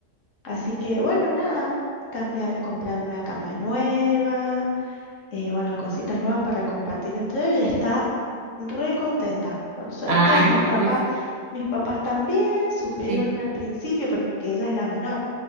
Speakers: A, on the left; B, on the right.
A: así que bueno, nada, cambiar, comprar una cama nueva eh, bueno, cositas nuevas para compartir entre ellos y está re contenta, por suerte.
B: Ay,
A: Y mis
B: oye,
A: papás,
B: pues
A: mis papás también sufrieron
B: sí.
A: al principio porque ella es la menor,